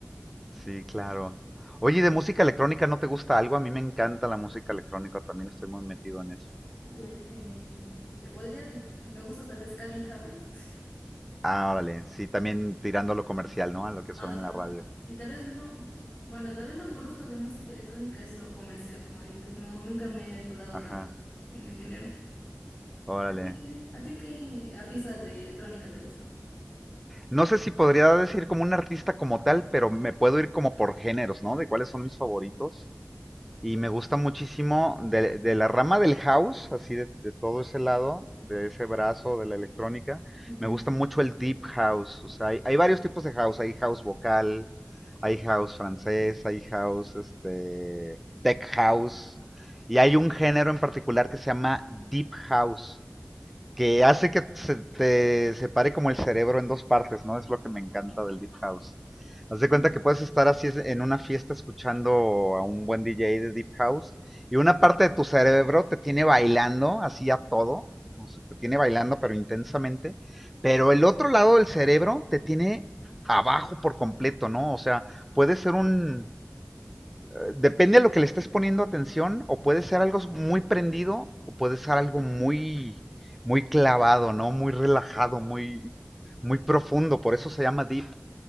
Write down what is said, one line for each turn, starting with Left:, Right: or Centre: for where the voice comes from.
Centre: Sí, claro. Oye, ¿y de música electrónica no te gusta algo? A mí me encanta la música electrónica, también estoy muy metido en eso.
Left: Uy, em, te podría, me gusta tal vez Calvin Harris. <laughs>
Centre: Ah, órale, sí, también tirando a lo comercial, ¿no? A lo que
Left: Ajá.
Centre: suena en la radio.
Left: Sí, tal vez no. Bueno, tal vez lo que conozco de música electrónica es lo comercial, como dices. No, nunca me he aventurado
Centre: Ajá,
Left: tanto en el género.
Centre: órale.
Left: ¿A ti qué, a ti qué artista de electrónica te gusta?
Centre: No sé si podría decir como un artista como tal, pero me puedo ir como por géneros, ¿no? De cuáles son mis favoritos. Y me gusta muchísimo de, de la rama del house, así de, de todo ese lado, de ese brazo de la electrónica.
Left: Ujú.
Centre: Me gusta mucho el deep house. O sea, hay, hay varios tipos de house. Hay house vocal, hay house francés, hay house, este, tech house. Y hay un género en particular que se llama deep house, que hace que se te separe como el cerebro en dos partes, ¿no? Es lo que me encanta del Deep House. Haz de
Left: Mm,
Centre: cuenta que puedes estar así en una fiesta escuchando a un buen DJ de Deep House y una parte de tu cerebro te tiene bailando así a todo, o sea, te tiene bailando pero intensamente, pero el otro lado del cerebro te tiene abajo por completo, ¿no? O sea, puede ser un, eh, depende a lo que le estés poniendo atención, o puede ser algo muy prendido, o puede ser algo muy, muy clavado, ¿no? Muy relajado, muy, muy profundo. Por eso se llama deep,